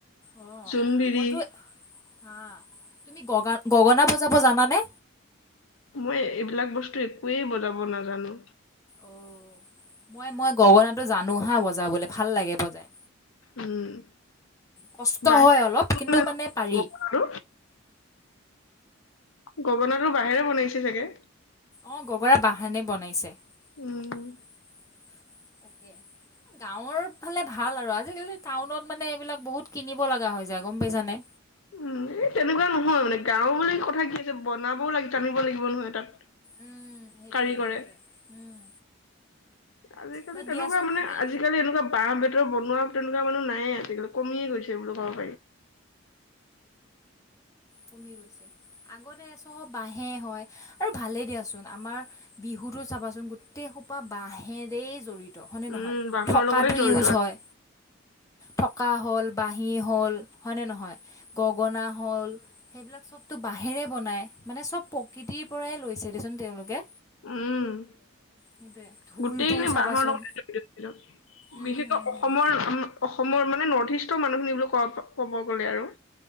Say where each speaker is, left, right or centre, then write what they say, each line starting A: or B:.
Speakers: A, on the left (about 15°); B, on the left (about 80°).
A: অ
B: জোনবিৰি
A: মইতো হা তুমি গগা গগনা বজাব জানানে?
B: মই এইবিলাক বস্তু একোৱেই বজাব নাজানো।
A: অ মই মই গগনাটো জানো হা বজাব। জাবলে ভাল লাগে বজাই।
B: উম,
A: কষ্ট
B: বাহ
A: হয় অলপ কিন্তু
B: আৰু
A: মানে পাৰি
B: <unintelligible> গগনাতো বাহেৰে বনাইছে চাগে।
A: অৱ গগনা বাহেৰে বনাইছে। তাকে
B: উম
A: গাঁৱৰ সেইফালে ভাল আৰু আজিকালি টাউনত মানে এইবিলাক বহুত কিনিব লগা হৈ যায় গম পাইছানে।
B: উম এই তেনেকুৱা নহয় মানে গাঁও মানে কথা কি আছে বনাবও জানিব লাগিব নহয় তাত।
A: উম সেইটোৱে
B: কাৰিকৰে
A: সেইটোৱে উম
B: আজিকালি
A: বাট
B: তেনেকুৱা
A: দিয়াচোন
B: মানে
A: তুমি
B: আজিকালি এনেকুৱা বাঁহ বেতৰ বনোৱা তেনেকুৱা মানুহ নাই। সেয়ে আজি কালি কমিয়ে গৈছে বোলো কওক।
A: কমি গৈছে। আগতে চব বাঁহে হয় আৰু ভালেই দিয়াচোন আমাৰ বিহুতো চাবাচোন গোটেই সোপা বাঁহেৰে জৰিত তু হয়নে নহয়
B: উম বাঁহৰ
A: থকাতু
B: লগতে জড়িত
A: ইউজ হয় থকা হ'ল। বাঁহী হ'ল। হয় নে নহয়? গগনা হ'ল সেইবিলাক চবতো বাঁহেৰে বনাই, মানে চ'ব প্ৰকৃতিৰ পৰাই লৈছে দেচোন তেওঁলোকে।
B: উম
A: সেইটোৱে ঢোলটো
B: গোটেইখিনি
A: চাবাচোন
B: বাহৰ লগতে জড়িত,
A: উম
B: বিশেষকৈ
A: হুম হুম
B: অসমৰ ওম অস সমৰ মানে নৰ্থ ইষ্টৰ মানুহখিনি কব ক'ব গ'লে আৰু